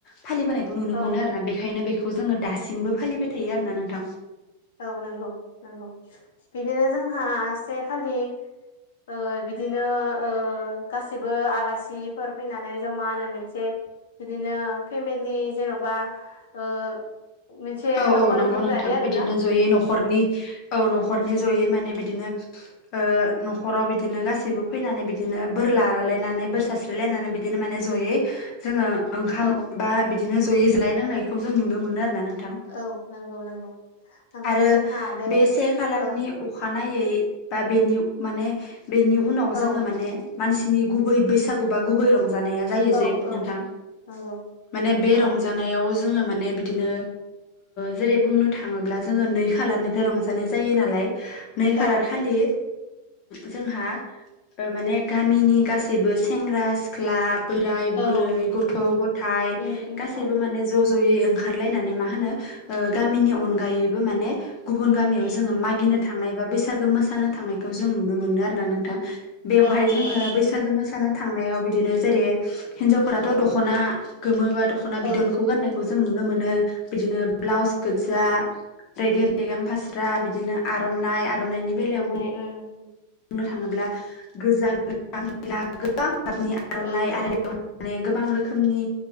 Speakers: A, on the left (about 40°); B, on the left (about 80°).
A: फालिबोनाय। बेखौ नुनो
B: औ
A: मोनो आरोोना बेखायनो बेखौ जोङो दासिमबो
B: औ
A: फालिबाय थायो आरो ना नोंथां।
B: औ नंगौ नंगौ बिदिनो जोंहा से खालि ओ बिदिनो ओ गासिबो आलासिफोर फैनानै जमा होनो मोनसे बिदिनो फेमिलि जेन'बा ओ मोनसे
A: औ
B: लावखार
A: औ नंगौ
B: ओंखाम
A: नोंथां
B: जायो आरो
A: बिदिनो
B: ना।
A: ज'यै न'खरनि औ न'खरनि जयै माने बिदिनो ओ न'खराव बिदिनो गासैबो फैनानै बिदिनो बोर लालायनानै बोर सास्रि ना बिदिनो माने जयै जोङो ओंखाम
B: औ
A: बा बिदिनो जयै ज्लाय नांनायखौ जों नुनो मोनो आरोना नोंथां।
B: औ नंगौ नंगौ ओमफ्राय
A: आरो
B: जोंहा
A: बे
B: ओं
A: से खालारनि अखानायै बा बेनि माने बेनि उनाव जोङो
B: औ
A: माने मानसिनि गुबै बैसागु बा गुबै रंजानाया जायो जे
B: औ
A: नोंथां
B: औ नंगौ
A: माने बे
B: औ
A: रंजा जानायाव जोङो माने बिदिनो जेरै बुंनो थाङोब्ला जोङो जोङो नै खालारनिफ्राय रंजानाय जायो नालाय नै खालार
B: औ
A: खालि जोंहा माने गामिनि गासैबो सेंग्रा सिख्ला बोराय
B: औ
A: बुरै गथ' गथायाइ
B: उम उम
A: गासिबो माने ज' ज'यै ओंखारलायनानै मा होनो ओ गामिनि अनगायैबो माने गुबुन
B: उम
A: गामियाव जोंङो मागिनो थांनाय बा बैसागो मोसानो थांनाय जों नुनो मोना नोंथां बेह
B: औ नंगौ
A: जों बैसाग मोसा गोमोसानो थांनायाव बिदिनो जेरै हिनजावफोराथ' दख'ना गोमो बा दखना दखना बिदनखौ
B: औ
A: गाननाय जों नुनो मोनो बिदिनो ब्लाउस गो्जा मैगाम फास्रा बिदिनो आर'नाइ आर'नाइनि बेलायाव बुं
B: आरो
A: बुंनो थाङोब्ला गोजा गोज गोबां
B: औ
A: गाबनि आर'नाइ
B: औ
A: आरो बे माने गोबां रोखोमनि